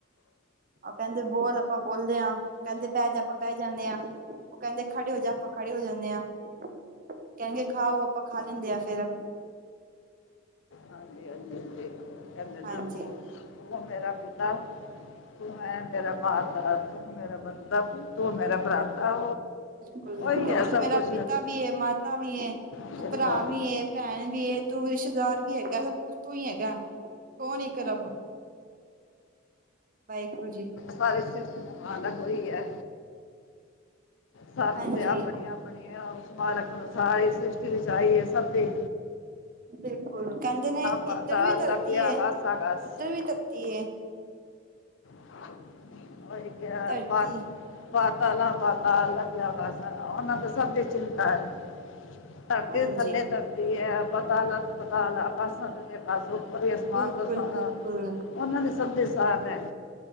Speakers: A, on the right; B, on the left.
A: ਉਹ ਕਹਿੰਦੇ ਬੋਲ ਆਪਾਂ ਬੋਲਦੇ ਆ ਕਹਿੰਦੇ ਬਹਿ ਜਾ ਆਪਾਂ ਬੈ ਜਾਨੇ ਹਾਂ। ਉਹ ਕਹਿੰਦੇ ਖੜੇ ਹੋ ਜਾ ਆਪਾਂ ਖੜੇ ਹੋ ਜਾਨੇ ਆ ਕਹਿੰਦੇ ਖਾਓ ਆਪਾਂ ਖਾ ਲੈਂਦੇ ਆ ਫੇਰ।
B: ਹਾਂਜੀ-ਹਾਂਜੀ, ਹਾਂਜੀ। ਕਹਿੰਦੇ ਨਾ
A: ਹਾਂਜੀ
B: ਤੂੰ, ਤੂੰ ਮੇਰਾ ਪਿਤਾ ਤੂੰ ਹੈ ਮੇਰਾ ਮਾਤਾ ਤੂੰ ਮੇਰਾ ਬੰਦਾ ਤੂੰ, ਤੂੰ ਮੇਰਾ ਭਰਾਤਾ।
A: ਕ
B: ਉਹੀ ਹੈ
A: ਤੂੰ
B: ਸਭ
A: ਮੇਰਾ
B: ਕੁਝ
A: ਪਿਤਾ ਵੀ ਏ, ਮਾਤਾ ਵੀ ਏ,
B: ਬਿਲਕੁਲ
A: ਤੂੰ ਭਰਾ ਵੀ ਏ। ਭੈਣ ਵੀ ਐ। ਤੂੰ ਰਿਸ਼ਤੇਦਾਰ ਵੀ ਹੈਗਾ ਸਭ ਕੁਛ ਤੋਂ ਹੀ ਹੈਗਾ ਕੌਣ ਇੱਕ ਰੱਬ- ਵਾਹਿਗੁਰੂ ਜੀ।
B: ਸਾਰੀ ਸ੍ਰਿਸ਼ਟੀ ਦਾ ਮਾਲਕ ਉਹੀ ਹੈ। ਸਾਨੂੰ
A: ਹਾਂਜੀ
B: ਤੇ ਆਪਣੀ ਆਪਣੀ ਉਸ ਮਾਲਕ ਨੂੰ ਸਾਰੀ ਸ੍ਰਿਸ਼ਟੀ ਰਚਾਈ ਆਈ ਐ ਸਭ ਦੀ
A: ਬਿਲਕੁਲ ਕਹਿਦੇ ਨੇ
B: ਪਾਤਾ
A: ਇਧਰ ਵੀ
B: ਅੱਲਾ
A: ਧਰਤੀ
B: ਕਿਆ
A: ਐ।
B: ਗਾਸਾ ਗਾਸ
A: ਉਧਰ ਧਰਤੀ ਏ-
B: <unintelligible>
A: ਧਰਤੀ
B: ਪਾਤਾਲਾ ਪਾਤਾਲਾ <unintelligible> ਉਹਨਾਂ ਤਾਂ ਸਭ ਦੀ ਚਿੰਤਾ ਐ। ਧਰਤੀ
A: ਹਾਂਜੀ
B: ਥੱਲੇ ਧਰਤੀ ਐ। ਪਤਾਲਾ ਪਤਾਲਾ ਆਕਾਸ਼ ਆਕਾਸ਼ ਉਪਰ ਈ ਅਸਮਾਨ
A: ਬਿਲਕੁਲ
B: ਸਾਰਾ।
A: <unintelligible>
B: ਉਹਨਾਂ ਨੇ ਸਭ ਦੀ ਸਾਰ ਲੈਣੀ।